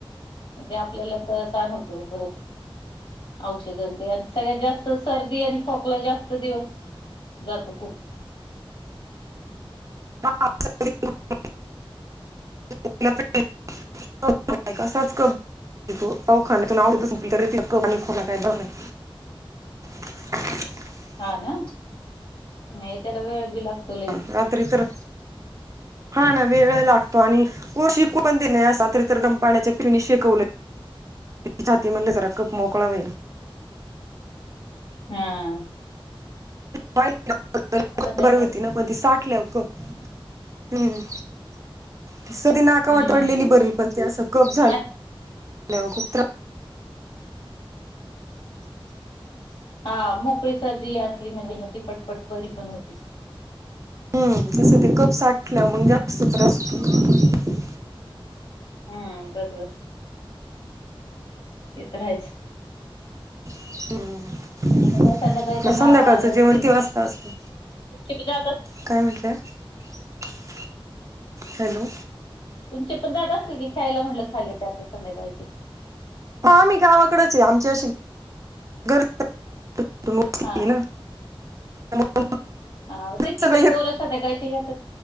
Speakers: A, on the left; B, on the right.
A: ते आपल्याला तर ताण होतो. परत औषधंन ते आणि सगळ्यात जास्त सर्दी आणि खोक ला जास्त दिवस जातो, खूप
B: <unintelligible> <unintelligible> कसाच कप अवो खाण्यातून <unintelligible> तरी तिला कफ आणि खोकला काही बन न्हई. <inaudible>
A: हा ना? नाही त्याला वेळ बी लागतो. लई
B: हा रात्री तरर हा ना वेळहि लागतो. आणि पोर शेकू पण देत नाही. असा रात्री तर गरम पाण्याच्या पिऊने शेकवलंय. छाती मधला जरा कप मोकळा होईल.
A: हां.
B: <unintelligible>
A: नाही
B: बरं
A: लावत
B: होती ना, पण ती साठल्याव कफ हम्म. ती सर्दी नाका
A: हम्म.
B: वाट पडलेली बरी. पण ते असं कप झाल्यावर
A: आ
B: खूप त्रास
A: हा मोकळी सर्दी असली म्हणजे मग ती पटपट बरी पण होते.
B: हम्म तसं ते कप साठल्याव मं ग जास्त त्रास होतो.
A: हम्म बरबर ते तर आहेच.
B: हम्म्
A: आता काय संध्याकाळी त्यांना
B: म संध्याकाळचं
A: आल्या
B: जेवण
A: होती
B: किती वासता असतय?
A: तुमचे पण जात अस
B: काय म्ह <unintelligible> हॅलो.
A: तुमचे पण जात असल की, ख्यायला म्हणलं खाली <unintelligible> संध्याकाळची
B: हा आम्ही गावाकडेच ये, आमची अशी <unintelligible>
A: हा
B: <unintelligible> ना <unintelligible>
A: हा तेच की,
B: सगळे
A: प पोर संध्याकाळची जात्यात